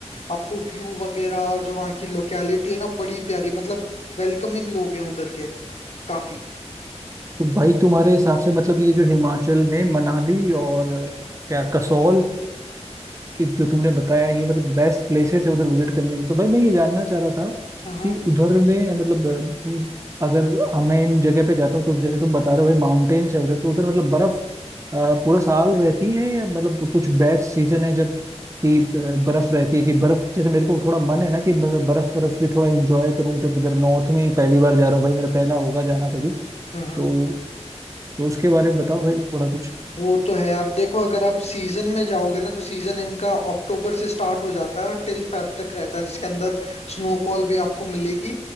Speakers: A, on the left; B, on the right.
A: आपको व्यू वगैरह और जो वहाँ की लोकेलिटी है ना बड़ी प्यारी मतलब वेलकमिंग लोग हैं उधर के काफी
B: तो भाई तुम्हारे हिसाब से मतलब ये जो हिमाचल में मनाली और क्या कसौल कि जो तुमने बताया ये मतलब बेस्ट प्लेसेस है उधर विजिट करने के लिए तो भाई मैं ये जानना चाह रहा था
A: हम्म
B: कि उधर में मतलब अ, अगर अब मैं इन जगह पे जाता हूँ तो जैसे तुम बता रहे हो भाई माउंटेन्स है उधर तो उधर मतलब बर्फ अ, पूरा साल रहती है या मतलब कुछ बेस्ट सीजन है जब कि अ, बर्फ रहती है कि बर्फ जैसे मेरे को थोड़ा मन है ना कि मैं बर्फ बर्फ भी थोड़ा इंजॉय करूँ जब उधर नॉर्थ में पहली बार जा रहा हूँ भाई मेरा पहला होगा जाना कभी
A: हम्म हम्म।
B: तो तो उसके बारे में बताओ भाई थोड़ा कुछ
A: वो तो है यार देखो अगर आप सीजन में जाओगे ना तो सीजन इनका अक्टूबर से स्टार्ट हो जाता है और टिल फेब तक रहता है जिसके अंदर स्नोफॉल भी आपको मिलेगी